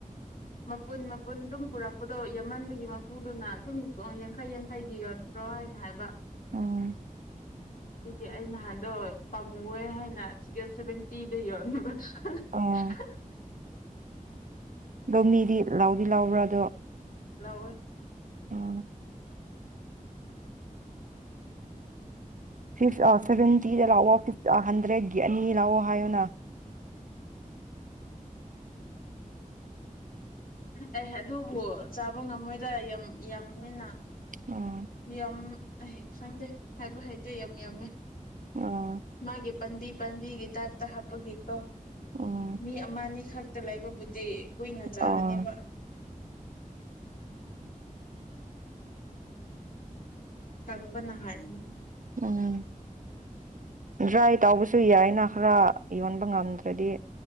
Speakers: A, on the left; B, on the right.
A: ꯃꯄꯨꯟ ꯃꯄꯨꯟ ꯑꯗꯨꯝ ꯄꯨꯔꯛꯄꯗꯣ ꯌꯥꯃꯟꯕꯒꯤ ꯃꯄꯨꯗꯨꯅ ꯑꯗꯨꯝ ꯌꯥꯡꯈꯩ ꯌꯥꯡꯈꯩꯒꯤ ꯌꯣꯟꯗ꯭ꯔꯣ ꯍꯥꯏꯅ ꯍꯥꯏꯕ
B: ꯎꯝ
A: ꯑꯗꯨꯒꯤ ꯑꯩ ꯅꯍꯥꯟꯗꯣ ꯄꯥꯝꯃꯨꯋꯦ ꯍꯥꯏꯅ ꯁꯤꯗ ꯁꯚꯦꯟꯇꯤꯗ ꯌꯣꯟꯕ <unintelligible>
B: ꯑꯣ ꯑꯗꯣ ꯃꯤꯗꯤ ꯂꯥꯎꯗꯤ ꯂꯥꯎꯕ꯭ꯔꯥ ꯑꯗꯣ
A: ꯂꯧꯋꯦ
B: ꯎꯝ ꯐꯤ ꯑꯥ ꯁꯒꯦꯟꯇꯗ ꯂꯥꯎꯑꯣ ꯍꯟꯗ꯭ꯔꯦꯗꯒꯤ ꯑꯅꯤ ꯂꯥꯎꯋꯣ ꯍꯥꯏꯌꯨꯅ
A: ꯑꯩ ꯑꯗꯨꯕꯨ ꯆꯥꯕ ꯉꯝꯃꯣꯏꯗ ꯌꯥꯝ ꯌꯥꯝꯃꯦꯅ
B: ꯎꯝ
A: ꯌꯥꯝ ꯑꯩ ꯈꯪꯗꯦ ꯍꯥꯏꯕ ꯍꯩꯇꯦ ꯌꯥꯝ ꯌꯥꯝꯃꯦ
B: ꯑꯥ
A: ꯃꯥꯒꯤ ꯄꯟꯗꯤꯠ ꯄꯥꯝꯕꯤꯒꯤ ꯇꯥꯏꯞꯇ ꯍꯥꯞꯄꯒꯤ ꯀꯣ
B: ꯎꯝ
A: ꯃꯤ ꯑꯃꯅꯤ ꯈꯔ ꯇ ꯂꯩꯕꯕꯨꯗꯤ ꯀꯨꯏꯅ ꯆꯥꯒꯅꯤꯕ
B: ꯑꯥ
A: ꯀꯪꯕꯅ ꯍꯥꯟꯅꯤ
B: ꯎꯝ ꯗ꯭ꯔꯥꯏ ꯇꯥꯎꯕꯁꯨ ꯌꯥꯏꯅ ꯈꯔ ꯌꯣꯟꯕ ꯉꯝꯗ꯭ꯔꯗꯤ